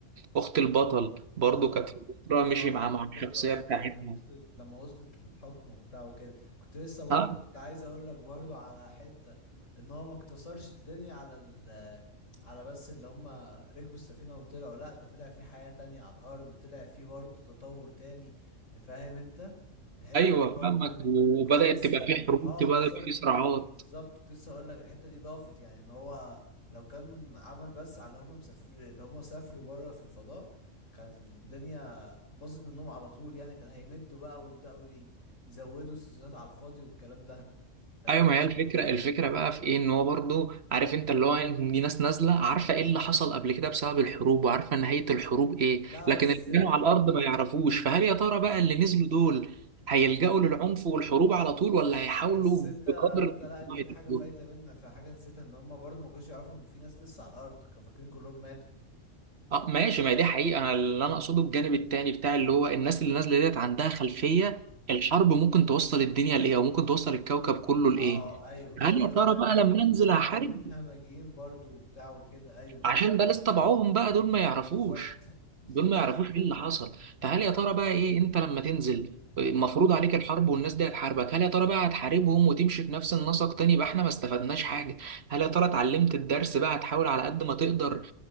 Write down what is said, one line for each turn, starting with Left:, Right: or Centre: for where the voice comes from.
Right: أخت البطل برضه
Left: اه
Right: كانت في فترة مشي
Left: اه اخت
Right: مع مع
Left: البطل
Right: الشخصية
Left: ايوه
Right: بتاعتها
Left: لما وصلت لما وصلت للحكم وبتاع وكده كنت لسه برضو
Right: ها
Left: كنت عايز اقول لك برضو على حتة ان هو ما اقتصرش الدنيا على ال على بس اللي هم ركبوا السفينة وطلعوا لا ده طلع في حياة تانية على الارض طلع في برضو تطور تاني فاهم انت الحتة
Right: أيوه
Left: دي برضو
Right: فاهمك وبدأت
Left: كانت كويسة
Right: تبقى
Left: و
Right: في حروب
Left: اه
Right: تبقى
Left: بالظبط
Right: يبقى في صراعات
Left: بالظبط كنت لسه هقول لك الحته دي ضافت يعني ان هو لو كان عمل بس على اللي هم مسافر اللي هم سافروا بره في الفضاء كانت الدنيا باظت منهم على طول يعني كان هيمدوا بقى ويبداوا ي- يزودوا سيزونات على الفاضي والكلام ده فاهم
Right: ايوه ما هي الفكره الفكره بقى في ايه ان هو برضو عارف انت اللي هو إن دي ناس نازله عارفه ايه اللي حصل قبل كده بسبب الحروب وعارفه نهايه الحروب ايه
Left: لا
Right: لكن
Left: بس
Right: اللي كانوا على الارض ما يعرفوش فهل يا ترى بقى اللي نزلوا دول هيلجأوا للعنف والحروب على طول ولا هيحاولوا
Left: بس انت
Right: بقدر الامكان
Left: انت لا انت في
Right: يتجنبوها؟
Left: حاجه فايته منك في حاجه نسيتها ان هم برضو ما كانوش يعرفوا ان في ناس لسه على الارض كانوا فاكرين كلهم ماتوا
Right: اه ماشي ما هي دي حقيقه أنا اللي انا اقصده الجانب التاني بتاع اللي هو الناس اللي نازله ديت عندها خلفيه الحرب ممكن توصل الدنيا لايه وممكن توصل الكوكب كله لايه
Left: اه ايوه
Right: هل
Left: ايوه
Right: يا
Left: والتانيين
Right: ترى بقى لما انزل
Left: آه،
Right: احارب
Left: التانيين همجيين برضو وبتاع وكده ايوه
Right: عشان ده لسه طبعهم بقى دول ما يعرفوش
Left: بالظبط بالظبط
Right: دول ما يعرفوش ايه اللي حصل فهل يا ترى بقى ايه انت لما تنزل مفروض عليك الحرب والناس دي هتحاربك هل يا ترى بقى هتحاربهم وتمشي في نفس النسق تاني يبقى احنا ما استفدناش حاجة هل يا ترى اتعلمت الدرس بقى هتحاول على قد ما تقدر